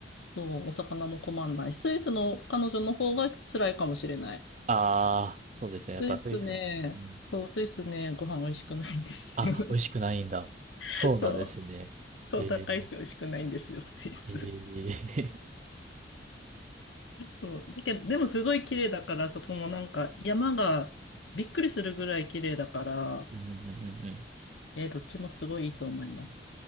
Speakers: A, on the left (about 85°); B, on the right (about 40°).
A: そう、お魚も困んないし。スイスの彼女の方が辛いかもしれない。
B: ああ、そうですね。やっぱそうですよね。
A: スイスね、そう、スイスね、ご飯美味しくないんですよ。
B: あ、美味しくないんだ。
A: <laughs>
B: そうなんですね。
A: そう、そう、
B: えー、
A: 高いし美味しくないんですよ、スイス。
B: えー、
A: そう。だけど、でもすごい綺麗だから、そこもなんか山がびっくりするぐらい綺麗だから、
B: <laughs> うんうんうんうん。
A: えーどっちもすごいいいと思います。